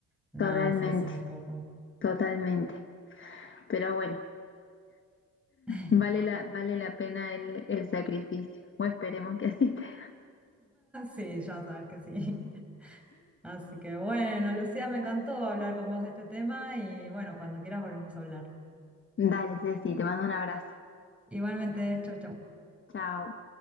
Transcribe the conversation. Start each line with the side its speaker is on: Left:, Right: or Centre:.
Centre: nada,
Left: totalmente,
Centre: es eso un poco.
Left: totalmente. Pero bueno,
Centre: <laughs>
Left: vale la, vale la pena el, el sacrificio. O esperemos que así sea.
Centre: Sí, ya sabes que sí. Así que bueno, Lucía, me encantó hablar con vos de este tema y bueno, cuando quieras volvemos a hablar.
Left: <laughs> Dale, Ceci, te mando un abrazo.
Centre: Igualmente, chau, chau.
Left: Chao.